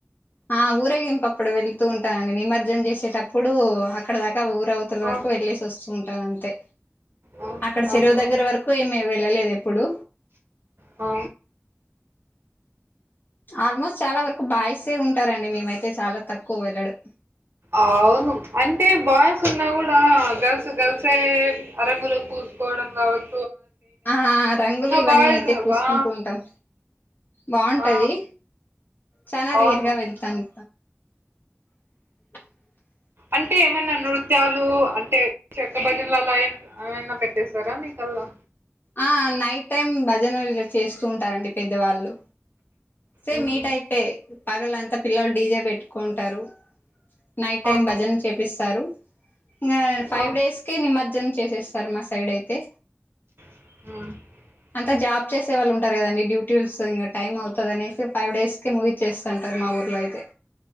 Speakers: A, on the left (about 45°); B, on the right (about 55°).
A: ఆ ఊరేగింపు అప్పుడు వెళ్తూ ఉంటానండి, నిమజ్జనం చేసేటప్పుడు అక్కడ దాకా ఊరవుత్ టి
B: ఆ,
A: వరకు వెళ్ళేసి వస్తూ ఉంటాను అంతే.
B: ఆ,
A: అక్కడ
B: ఆ,
A: చెరువు దగ్గర వరకు ఏమి వెళ్ళలేదు ఎప్పుడు.
B: ఆ
A: ఆల్మోస్ట్ చాలా వరకు బాయిసే ఉంటారండి, మేమైతే చాలా తక్కువ వెళ్ళడం.
B: అవును అంటే బాయ్స్ ఉన్నా గుడా గర్ల్స్ గర్ల్సీ అ రంగులు పూసుకోవడం కావచ్
A: ఆ రంగులు ఇవన్నీ
B: బాయ్స్
A: అయితే పూసుకుంటూ
B: వా
A: ఉంటాం. బాగుంటది,
B: ఆ,
A: చానా
B: అవును
A: రేర్గా వెళ్తాను. <inaudible>
B: అంటే ఏమన్నా నృత్యాలు అంటే చెక్క భజనలు అలా ఏం ఆయన్న పెట్టేేశారా మీకల్లా?
A: ఆ నైట్ టైమ్ భజనలు చేస్తూ ఉంటారండి పెద్దవాళ్ళు. సేమ్
B: మ్మ్.
A: మీ టైపే పగలంతా పిల్లలు డీజే పెట్టుకుంటారు. నైట్ టైం
B: ఆ,
A: భజనలు చేపిస్తారు. నా ఫైవ్
B: ఆ,
A: డేస్కే నిమజ్జనం చేసేస్తారు మా సైడ్ అయితే.
B: ఆ
A: త జాబ్ చేసే వాళ్ళుంటారు కదండి, డ్యూటీ వస్తుంగా టైం అవుతూ అనేసి ఫైవ్ డేస్ కి మూవీ చేస్తాంటరు కదా మా ఊర్లో అయితే.